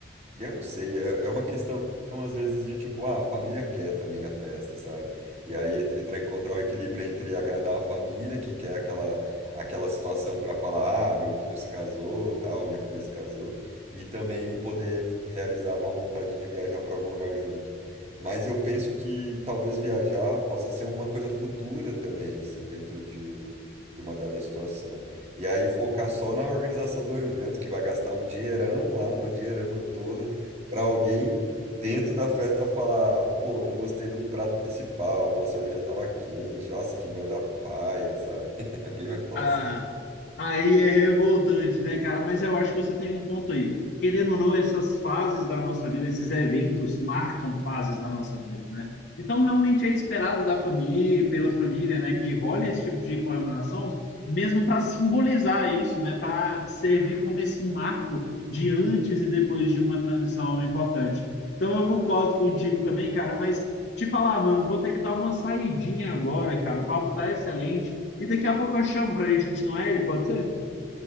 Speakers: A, on the right (about 35°); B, on the left (about 60°).
A: eu não sei, é é uma questão, às vezes, de tipo, ah, a família quer também a festa, sabe? E aí ent- entra encontrar o equilíbrio entre agradar a família, que quer aquela, aquela situação para falar, ah, meu filho se casou, tal, minha filha se casou, e também poder realizar uma vontade de viajar para algum lugar junto. Mas eu penso que talvez viajar possa ser uma coisa futura também, assim, dentro de, de uma dada situação. E aí focar só na organização do evento, que vai gastar um dinheirão lá, uma dinheirama toda para alguém dentro da festa falar, pô, não gostei do prato principal, pô, a cerveja tava quente, nossa, que banda paia, sabe? <laughs> Alguém vai falar
B: Ah,
A: assim.
B: aí é revoltante, né, cara? Mas eu acho que você tem um ponto aí. Querendo ou não, essas fases da nossa vida, esses eventos marcam fases da nossa vida, né? Então, realmente é esperado da família, pela família, né, que role esse tipo de comemoração, mesmo para simbolizar isso, né, para servir como esse marco de antes e depois de uma transição importante. Então, eu concordo contigo também, cara, mas te falar, mano, vou ter que dar uma saidinha agora, cara. O papo tá excelente e daqui a pouco eu chamo pra gente continuar ele, pode ser?